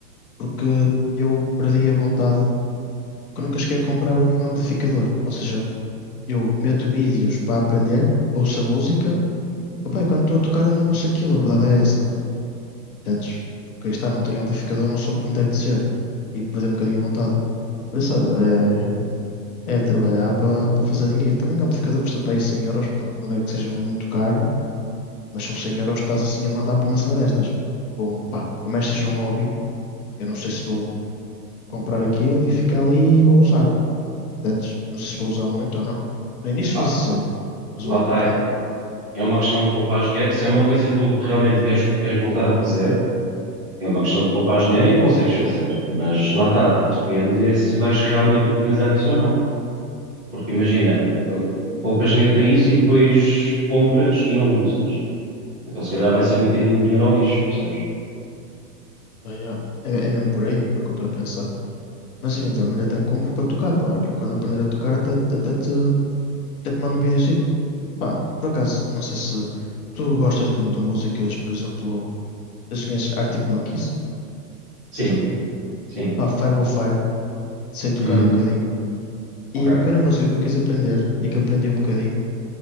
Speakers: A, on the left; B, in the centre.
A: porque eu perdi a vontade, que nunca cheguei a comprar um amplificador. Ou seja, eu meto vídeos para aprender, ouço a música, opa, e quando estou a tocar eu não ouço aquilo, a verdade é essa. Entendes? Porque aí está, não tenho amplificador, não soube como deve de ser. E perdi um bocadinho a vontade. Por isso, olha, é, é trabalhar para para fazer dinheiro. Também um amplificador custa para aí 100 euros, portanto não é que seja muito caro, mas são 100 euros que estás assim a mandar para uma cena destas. Bom, pá, por mais que seja um hobby Eu não sei se vou comprar aquilo e ficar ali e vou usar. Antes, não sei se vou usar muito ou não. No início
B: Epá,
A: usa-se sempre, mas
B: lá
A: ao longo
B: está,
A: do tempo,
B: é uma questão de poupar dinheiro. Se é uma coisa que tu realmente queres, queres voltar a fazer, é uma questão de poupar dinheiro e consegues fazer. Mas lá está, depende é se vais realmente utilizar isso ou não. Porque imagina, uh, poupas dinheiro para isso e depois compras e não usas. Então se calhar vai ser um bocadinho de dinheiro ao lixo, percebes?
A: pá, já, é, é mesmo por aí, é o que eu estou a pensar. Mas eventualmente até compro para tocar, pá. Olha, quando aprender a tocar, até, até até te, até te mando um videozito. Pá, por acaso, não sei se tu gostas de, de músicas, por exemplo, eu conheces Arctic Monkeys, por
B: Sim,
A: exemplo.
B: sim.
A: Pá, 505, sei tocar
B: Uhum.
A: um bocadinho.
B: Ok,
A: E a primeira música que eu quis aprender, e que aprendi um bocadinho,